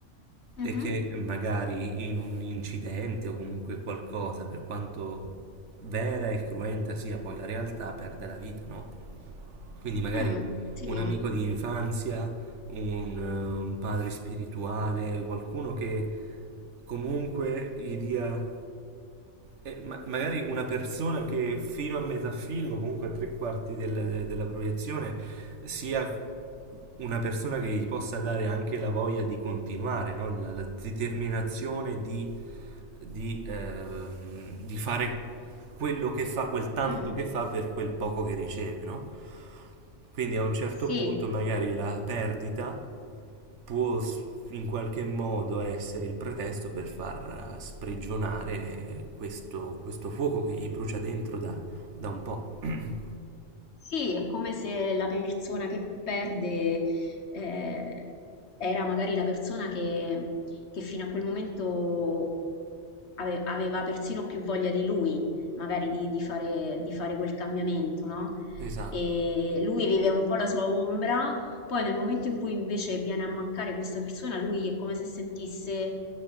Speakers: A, on the left; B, on the right.
A: Mhm.
B: e che magari in un incidente o comunque qualcosa, per quanto vera e cruenta sia poi la realtà, perde la vita, no? Quindi magari
A: Mm, sì.
B: un amico di infanzia, un, eh, un padre spirituale, qualcuno che comunque gli dia, eh, ma- magari una persona che fino a metà film, comunque a tre quarti del- de- della proiezione, sia una persona che gli possa dare anche la voglia di continuare, no? La, la determinazione di, di, ehm, di fare quello che fa, quel tanto
A: mm.
B: che fa per quel poco che riceve, no? Quindi a un certo
A: Sì,
B: punto magari la perdita può s- in qualche modo essere il pretesto per far eh, sprigionare questo, questo fuoco che gli brucia dentro da, da un po'. <clears throat>
A: Sì, è come se la persona che perde eh, era magari la persona che, che fino a quel momento ave- aveva persino più voglia di lui, magari di, di fare, di fare quel cambiamento, no?
B: Esatto,
A: E lui vive un po' la sua ombra, poi nel momento in cui invece viene a mancare questa persona, lui è come se sentisse